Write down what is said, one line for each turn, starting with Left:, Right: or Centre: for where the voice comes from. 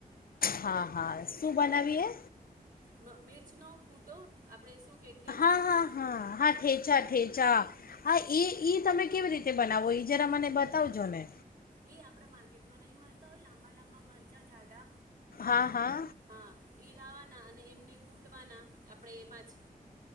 Left: હા હા શું બનાવીએ?
Right: મ મિર્ચનો કૂટો આપણે શું કે ઠેચા
Left: હા હા હા હા ઠેચા ઠેચા હા એ તમે કેવી રીતે તે બનાવવો ઇ જરા મને બતાવજો ને.
Right: એ આપડા માર્કેટમાં નહી મળતા હોય લાંબા લાંબા મરચાં જાડા
Left: હા હા
Right: હા ઈ લાવાનું અને એમને કૂટવાના આપણે એમાં જ